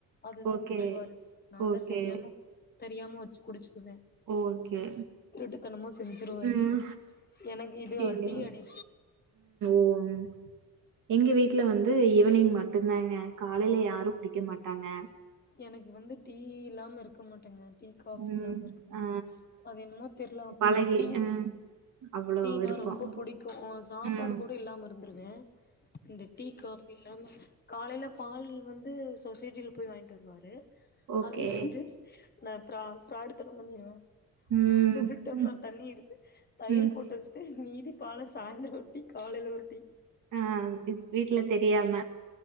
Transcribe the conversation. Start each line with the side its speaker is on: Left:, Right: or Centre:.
Left: அதுதா
Right: ஓகே
Left: விரும்புவாரு நா
Right: ஓகே
Left: தா தெரியாம தெரியாம வச்சு குடிச்சுக்குவே
Right: ஓகே
Left: திருட்டுத்தனமா செஞ்சிருவே
Right: ம்
Left: எனக்கு இது
Right: எங்க
Left: அடி அடி
Right: ஓ ம் எங்க வீட்டுல வந்து ஈவ்னிங் மட்டு தாங்க காலைல யாரும் குடிக்க மாட் ட்டாங்க
Left: எனக்கு வந்து டீ இல்லாம இருக்க மாட்டேங்க டீ காஃபி
Right: ம்.
Left: இல்லாம இருக்க மாட்டே
Right: ஆ
Left: அது என்மோ தெரில அப்ப
Right: பழகி
Left: டீனா
Right: ம். அவ்ளோ
Left: டீனா
Right: விருப்பம்.
Left: ரொம்ப பிடிக்கு சாப்பாடு
Right: ம்.
Left: கூட இல்லாம இருந்துருவேன் இந்த டீ காஃபி இல்லாம காலைல பால் வந்து சொசைட்டில போய் வாங்கிட்டு கிட்டு வருவாரு
Right: ஓகே.
Left: அதுல வந்து நா பிரான் ஃபிராடு தனோ பண்ணிடுவே
Right: ம்.
Left: ஒரு டம்ளர்
Right: ம்.
Left: தண்ணி எடுத்து தயிர்
Right: ம்.
Left: போட்டு வச்சுட்டு மீதி பால்ல சாயந்தரோ ஒரு டீ காலைல ஒரு டீ
Right: ஆஹ் வீட்ல தெரியாம